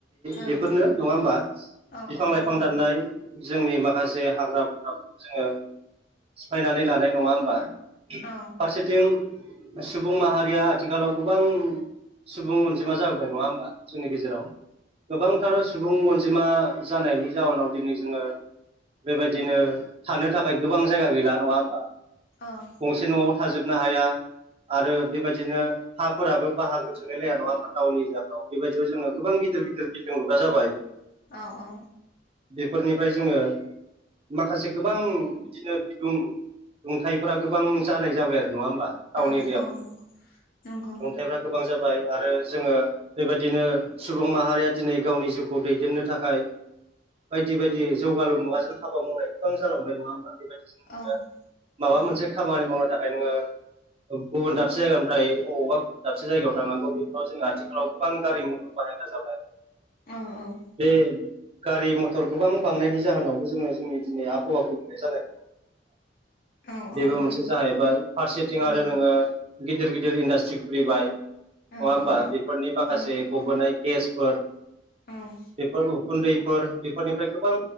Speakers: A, on the right (about 35°); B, on the left (about 55°).
A: बेफोरनो
B: औ
A: नङा होमबा
B: औ
A: बिफां
B: उम
A: लाइफां दाननाय। जोंनि माखासे हाग्रा बंग्राफोरखौ जोङो सिफायनानै लानाय नङा होमबा।
B: औ
A: फारसेथिं सुबुं माहारिया आथिखालाव गोबां सुबुं अनजिमा जाबोबाय नङा होमबा। जोंनि गेजेराव गोबांथार सुबुं अनजिमा जानायनि जाउनाव दिनै जोङो बेबायदिनो थानो थाखाय गोबां जायगा गैला नङा होमबा।
B: औ।
A: गंसे न'आव थाजोबनो हाया आरो बेबायदिनो हाफोराबो बाहागो थोलाय लाया नङा होनबा। टाउन एरियाफ्राव बेबायदियाव जोङो गोबां गिदिर गिदिर बिल्दिं लुग्रा जाबाय।
B: औ औ।
A: बेफोरनिफ्राय जोङो माखासे गोबां बिदिनो बिदुं दुंथायफोरा गोबां जानाय जाबाय आरो नङा होमबा। टाउन
B: औ
A: एरियाफ्राव
B: औ नंगौ नंगौ।
A: दुंथाइफ्रा गोबां जाबाय आरो जोङो बेबायदिनो सुबुं माहारिया दिनै गावनि जिउखौ दैदेननो थाखाय। बायदि बायदि जौगालु मुगाजों हाबा मावनाय गोबां जालांबाय नङा होमबा। बेबायदि
B: औ।
A: माबा
B: औ
A: मोनसे खामानि मावनो थाखाय नोङो गुबुन दाबसे जायगा ओमफाय अबावबा गुबुन दाबसे जायगायाव थांनांगौ बेफोराव जोङो आथिखालाव गोबां गारि मथर बाहायग्रा जाबाय।
B: औ औ।
A: बे गारि मटर गोबां बांनायनि जाहोनावबो जोङो जोंनि दिनै आबहावा गुबुंनाय जानाय
B: औ औ
A: बेबो
B: औ
A: मोनसे
B: नंगौ
A: जाहैबाय फारसेथिं
B: औ
A: आरो नोङो गिदिर गिदिर इन्डास्ट्रि खुलिबाय। नङा
B: औ
A: होमबा
B: औ
A: बेफोरनि माखासे
B: नंगौ
A: गबोनाय गेसफोर
B: औ।
A: बेफोर उखुन्दैफोर बेफोरनिफ्राय गोबां